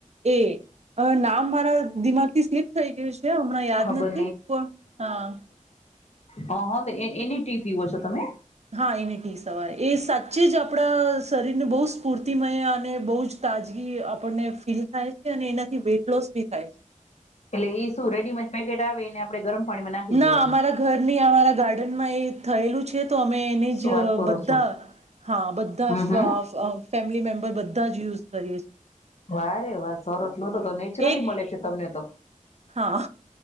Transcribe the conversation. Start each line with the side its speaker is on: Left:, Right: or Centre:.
Right: એ અના મા અ દિમાગથી સ્કીપ થઈ ગયું છે હમણાં યાદ
Left: ખબર
Right: નથી પણ હા
Left: હા હા તો એની ટી ઇ પીવો છો તમે?
Right: હા એને ટી સવાર એ સાચે જ આપણા શરીરને બહુ સ્ફૂર્તિમય અને બહુ જ તાજગી આપણને ફીલ થાય છે અને એનાથી વેઇટ લોસ બી થાય છે.
Left: એટલે એ શું રેડીમેડ પેકેટ આવે એને આપણે ગરમ પાણીમાં નાખી
Right: ના
Left: દેવાનું
Right: અમારા ઘરની અમારા ગાર્ડનમાં એ થયેલું છે. તો અમે એને
Left: શું
Right: જ
Left: વાત કરો
Right: બધા
Left: છો
Right: હા બધા
Left: હમ
Right: ફ
Left: હમ
Right: ફ ફેમિલી મેમ્બર બધા જ યુઝ કરીશ.
Left: વારે વાર સરસ લો તો તો નેચરલી
Right: એક
Left: મળે છે તમને તો
Right: હા.